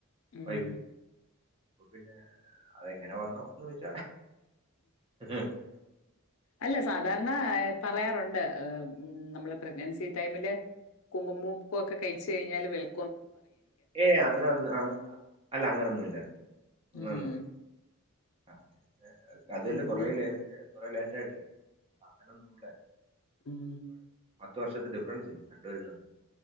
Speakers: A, on the left; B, on the right.
A: ഉം
B: വൈഫിന് അപ്പൊ പിന്നെ അതെങ്ങനെ വന്നോ ന്ന് ചോദിച്ചാ <unintelligible>
A: അല്ല സാധാരണ എ പറയാറുണ്ട് ഏ നമ്മൾ പ്രഗ്നൻസി ടൈമില് കുങ്കുമ പൂവൊക്കെ കഴിച്ച് കഴിഞ്ഞാല് വെള്
B: ഏ അങ്ങനൊന്നും അങ്ങ അ അല്ല അങ്ങനൊന്നൂല്ലാലോ അങ്ങനൊന്നുല്ല
A: ഉം.
B: അ അതൊല്ല
A: പിന്നെ
B: കൊറേ ലേറ്റ് കൊറേ ലേറ്റ <unintelligible> അങ്ങനെ ഒന്നൂടെ
A: <unintelligible>
B: പത്ത് വർഷത്തെ ഡിഫറൻസ് ഇല്ലേ രണ്ടുപേരും തമ്മിൽ